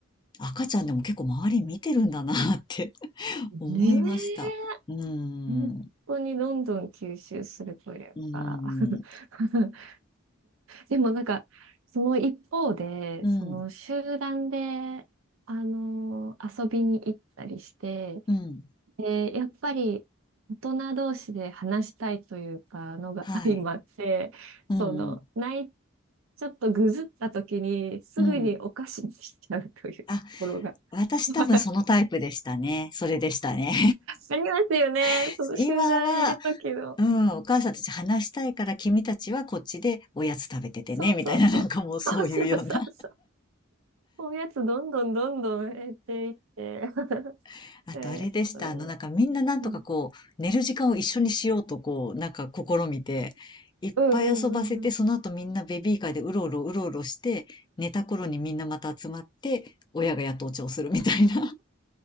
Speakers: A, on the left; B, on the right.
A: 赤ちゃんでも結構周り見てるんだなって <laughs> 思いました。
B: ねえ。
A: うん。
B: 本当にどんどん吸収するというか
A: うん。
B: <laughs> でもなんか、その一方で、
A: うん。
B: その集団で、あの遊びに行ったりして、
A: うん。
B: で、やっぱり大人同士で話したいというか、のが相まって、
A: はい。
B: その、
A: うんうん。
B: ない、ちょっとぐずった時に、すぐにお菓子にしちゃうというところが。
A: うん。あ、私多分そのタイプでしたね。
B: <laughs>
A: それでしたね。
B: ありますよね。
A: <laughs>
B: その集団にいる時の。
A: 今は、うん、お母さんたち話したいから君たちはこっちでおやつ食べててね、
B: そうそうそう。
A: みたいななんかもうそういうような。
B: そうそうそうそう。おやつどんどんどんどん減っていって。<laughs>
A: <laughs> あとあれでした。
B: えそういうの。
A: あのなんかみんななんとかこう、
B: うん。
A: 寝る時間を一緒にしようとこう、なんか試みて、いっぱい遊ばせて、
B: うんうんうんうん。
A: その後みんなベビーカーでうろうろうろうろして、寝た頃にみんなまた集まって、親がやっとお茶をするみたいな。